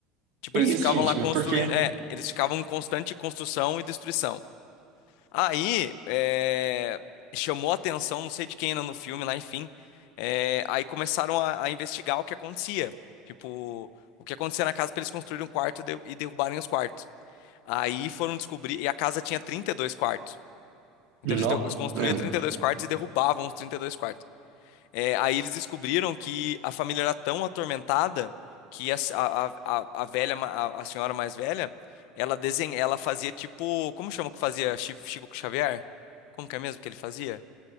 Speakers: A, on the left; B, on the right.
A: Tipo,
B: é
A: eles
B: isso,
A: ficavam
B: gente.
A: lá construindo,
B: Mas por quê?
A: é, eles ficavam em constante construção e destruição. Aí, é, chamou a atenção, não sei de quem ainda no filme, lá, enfim. é, aí começaram a, a investigar o que acontecia. Tipo, o que acontecia na casa para eles construírem um quarto e, de- e derrubarem os quartos. Aí foram descobrir, e a casa tinha 32 quartos. Então
B: Nó.
A: eles, deu- eles construíam
B: É.
A: 32 quartos e derrubavam os 32 quartos. É, aí eles descobriram que a família era tão atormentada que a, a, a, a velha, ma- a, a senhora mais velha, ela desenha, ela fazia tipo, como chama o que fazia Chi- Chico Xavier? Como que é mesmo que ele fazia?